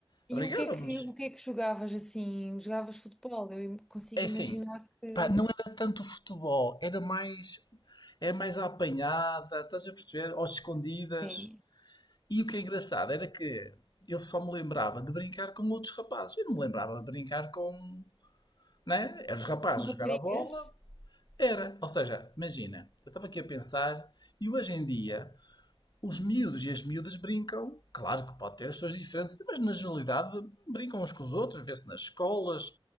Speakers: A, in the centre; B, on the left.
A: E
B: Abrigávamos.
A: o que é que, o que é que jogavas assim? Jogavas futebol? Eu im- consigo
B: É
A: imaginar
B: assim,
A: que...
B: pá, não era tanto futebol, era mais. É mais à apanhada, estás a perceber? Ou escondidas.
A: Sim.
B: E o que é engraçado era que eu só me lembrava de brincar com outros rapazes. Eu não me lembrava de brincar com. Né? Eram os rapazes
A: Com
B: a jogar
A: raparigas?
B: a bola. Era. Ou seja, imagina, eu estava aqui a pensar e hoje em dia os miúdos e as miúdas brincam, claro que pode ter as suas diferenças, mas na generalidade brincam uns com os outros, vê-se nas escolas,